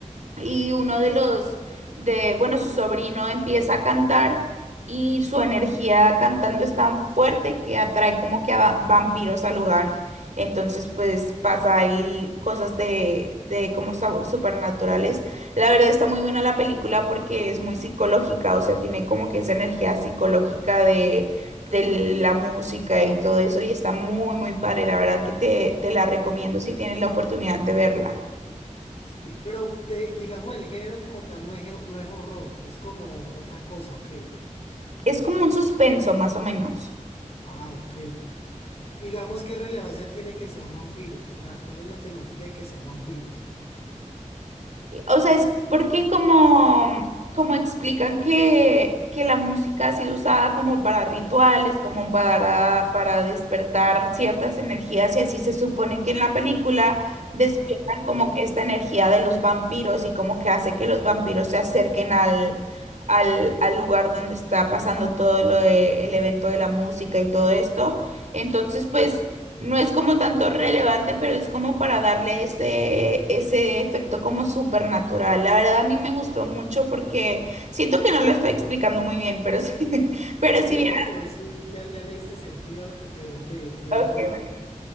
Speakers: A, on the right; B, on the left.
A: y uno de los, de, bueno, su sobrino empieza a cantar y su energía cantando es tan fuerte que atrae como que a vampiros al lugar. Entonces, pues pasa ahí cosas de, de como sab- supernaturales. La verdad está muy buena la película porque es muy psicológica, o sea, tiene como que esa energía psicológica de, de la música y todo eso y está muy, muy padre. La verdad que te, te la recomiendo si tienes la oportunidad de verla.
B: Sí, pero de, digamos el género como tal no es, no es horror, es como otra cosa, ok.
A: es como un suspenso, más o menos.
B: Ah, ok. Digamos qué relevancia tiene que sean vampiros, o sea, ¿cuál es la temática de que sean vampiros?
A: O sea, es porque como, como explican que, que la música ha sido usada como para rituales, como para, para despertar ciertas energías, y así se supone que en la película despiertan
B: Ah, ok.
A: como que esta energía de los vampiros y como que hace que los vampiros se acerquen al, al, al lugar donde está pasando todo lo de, el evento de la música y todo esto. Entonces, pues... No es como tanto relevante, pero es como para darle ese, ese efecto como supernatural. La verdad a mí me gustó mucho porque siento que no lo estoy explicando muy bien, pero sí, <laughs> pero sí,
B: No,
A: bien.
B: no, pero sí, ya, ya le diste sentido a lo que pregunté, de
A: Ok,
B: hecho
A: vale.